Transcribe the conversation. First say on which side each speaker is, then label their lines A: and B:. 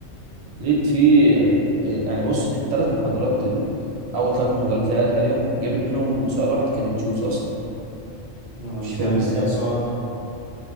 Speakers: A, on the right; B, on the right.
A: لقيت في آه، يعني بص التلات محاضرات ال... أول تلات محاضرات اللي قالت عليهم جابت منهم سؤال واحد كانت تشوز أصلا
B: إحنا الامتحان
A: مش فاهم
B: كان
A: إزاي
B: كام سؤال